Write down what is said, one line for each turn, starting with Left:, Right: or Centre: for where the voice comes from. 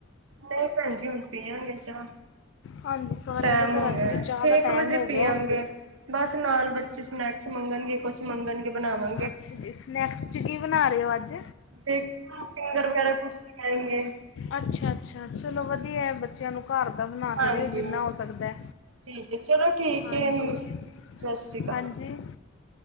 Right: ਨਈ ਭੈਨ ਜੀ ਹੁਨ ਪਿਆਂਗੇ ਚਾਅ।
Left: ਹਾਂਜੀ ਸਾਰਿਆਂ
Right: ਟੈਮ
Left: ਦੇ ਘਰਾਂ
Right: ਹੋ ਗਿਆ‌
Left: 'ਚ ਜੀ
Right: ਐ,
Left: ਚਾਹ
Right: ਛੇ
Left: ਦਾ
Right: ਕੁ
Left: ਟਾਈਮ
Right: ਵਜੇ
Left: ਹੋ
Right: ਪੀਆਂਗੇ।
Left: ਗਿਆ ਹੈ।
Right: ਬਸ ਨਾਲ ਬੱਚੇ ਸਨੈਕਸ ਮੰਗਨਗੇ ਕੁਛ। ਮੰਗਨਗੇ ਬਨਾਵਾਂ
Left: ਅੱਛਾ ਜੀ, ਸਨੈਕਸ 'ਚ ਕੀ ਬਨਾ ਰੇ ਓ ਅੱਜ?
Right: ਦੇਖੋ ਫਿੰਗਰ ਵਗੈਰਾ ਕੁਛ ਤੇ ਕਹਿਨਗੇ।
Left: ਅੱਛਾ। ਅੱਛਾ ਚਲੋ ਵਧੀਆ ਐ, ਬੱਚਿਆਂ ਨੂੰ ਘਰ ਦਾ ਬਨਾ
Right: ਹਾਂਜੀ
Left: ਕੇ ਦੇਓ ਜਿੰਨਾ ਹੋ ਸਕਦਾ।
Right: ਠੀਕ ਹੈ ਚਲੋ ਠੀਕ
Left: ਹਾਂਜੀ
Right: ਏ, ਸਤਿ ਸ੍ਰੀ ਅਕਾਲ।
Left: ਹਾਂਜੀ